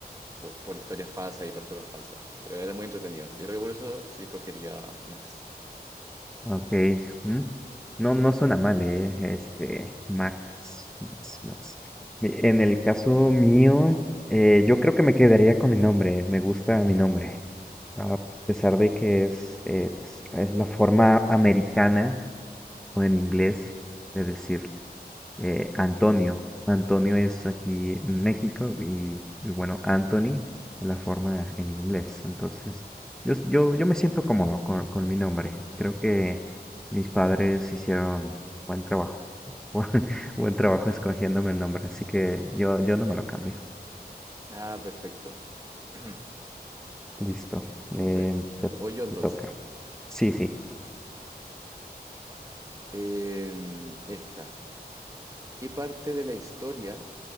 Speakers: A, on the right; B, in the centre.
A: por, por historias falsas y personas falsas. Pero era muy entretenido. Yo creo que por eso sí escogería Max.
B: ok, mm, No, no suena mal, eh. Este, Max, Max, Max. Mi- En el caso mío, eh, yo creo que me quedaría con mi nombre. Me gusta mi nombre. A a pesar de que es, eh, es es la forma americana o en inglés de decir. eh, Antonio. Antonio es aquí en México y, y bueno, Anthony es la forma en inglés. Entonces, yo, s- yo, yo me siento cómodo con, con mi nombre. Creo que mis padres hicieron buen trabajo. <laughs> Buen, buen
A: <laughs>
B: trabajo escogiéndome el nombre. Así que yo, yo no me lo cambio.
A: Ah, perfecto. <clears throat>
B: Listo. Eh,
A: Súper.
B: te,
A: Voy yo entonces.
B: te toca. Sí, sí.
A: Em, esta. ¿Qué parte de la historia